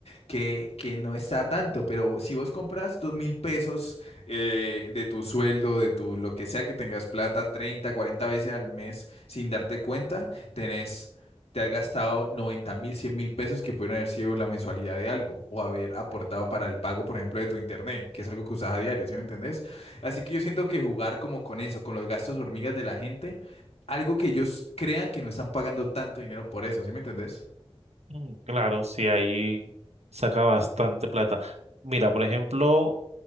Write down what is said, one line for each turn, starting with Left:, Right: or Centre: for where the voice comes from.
Left: que, que no está tanto, pero si vos compras dos mil pesos eh, de tu sueldo, de tu lo que sea que tengas plata, 30 40 veces al mes sin darte cuenta, tenés, te has gastado noventa mil, cien mil pesos que pueden haber sido la mensualidad de algo o haber aportado para el pago, por ejemplo, de tu internet, que es algo que usas a diario, ¿sí me entendés? Así que yo siento que jugar como con eso, con los gastos hormigas de la gente algo que ellos crean que no están pagando tanto dinero por eso, ¿sí me entendés?
Right: Mm, Claro, sí, ahí saca bastante plata. Mira, por ejemplo,